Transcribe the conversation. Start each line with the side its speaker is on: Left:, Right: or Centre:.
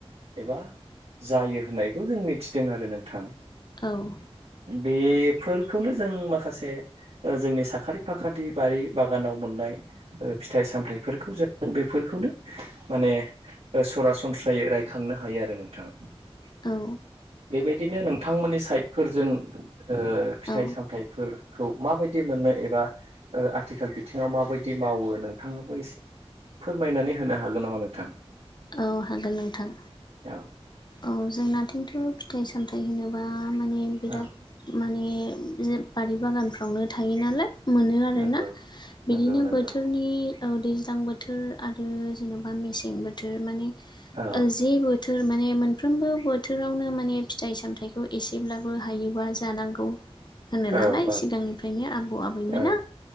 Right: एबा जायो होननायखौ जों मिथिदों आरो नोंथां।
Left: औ
Right: बेफोरखौनो जों माखासे जोंनि साखारि फाखाथि बारि बागानाव मोननाय ओ फिथाइ सामथायाइफोरखौ जों बेफोरखौनो माने ओ सरासनस्रायै रायखांनो हायो आरो नोंथां।
Left: औ
Right: बेबायदिनो नोंथांमोननि साइडफोरजों ओ फिथाइ
Left: औ
Right: सामथाइफोर खौ माबायदि मोननो एबा ओ आथिखाल बिथिङाव माबायदि मावो नोंथाङाबो एसे फोरमायनानै होनो हागोन नामा नोंथां?
Left: औ हागोन नोंथां
Right: औ
Left: औ जोंनाथिंथ' फिथाइ सामथाइ होनोबा माने बिराद।
Right: औ
Left: माने जे बारि बागानफ्रावनो थायो नालाय। मोनो आरोना
Right: नंगौ
Left: बिदिनो
Right: नंगौ नंगौ
Left: बोथोरनि। औ दैज्लां बोथोर आरो जेन'बा मेसें बोथोर माने
Right: औ
Left: ओ जि बोथोर माने मोनफ्रोमबो बोथोरावनो माने फिथाइ सामथाइखौ एसेब्लाबो हायोबा जानांगौ। होनो नालाय
Right: औ औ
Left: सिगांनिफ्रायनो आबौ आबैमोना।
Right: औ